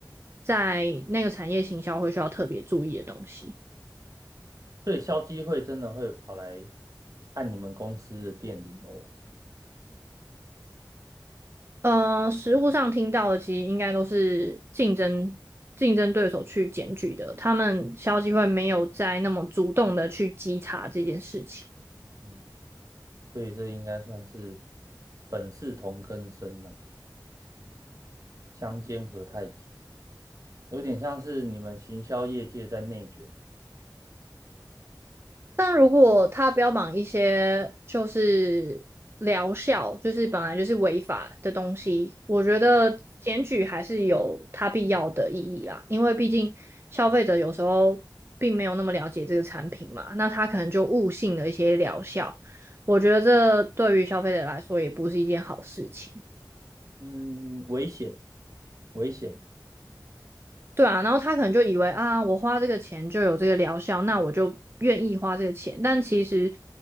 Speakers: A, on the right; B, on the right.
A: 在那个产业行销会需要特别注意的东西。
B: 所以消基会真的会跑来按你们公司的电铃哦。
A: 呃，实务上听到的其实应该都是竞争竞争对手去检举的，他们消基会没有在那么主动的去稽查这件事情。
B: 嗯，所以这应该算是本是同根生呐、相煎何太急，有点像是你们行销业界在内卷。
A: 但如果他标榜一些就是疗效，就是本来就是违法的东西，我觉得检举还是有它必要的意义啦。因为毕竟消费者有时候并没有那么了解这个产品嘛，那他可能就误信了一些疗效。我觉得这对于消费者来说也不是一件好事情。
B: 嗯，危险，危险。
A: 对啊，然后他可能就以为啊，我花这个钱就有这个疗效，那我就愿意花这个钱。但其实